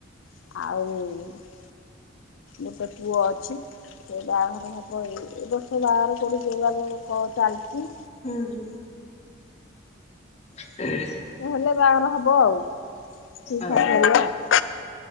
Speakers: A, on the left (about 75°); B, on the left (about 35°).
A: ଆଉ ଗୋଟେ ପୁଅ ଅଛି। ସେ ବାହାଘର ହେବ ଏଇ ଏ ବର୍ଷ ବାହାଘର କେଉଠି ଯୋଗାଯୋଗ କ ଚାଲିଚି।
B: ହୁଁ ହୁଁ। <inaudible>
A: ଉଁ ହେଲେ ବାଘର ହବ ଆଉ ଠିକ୍
B: ଓହୋ
A: ଠାକ୍ ହେଲେ ଆଉ।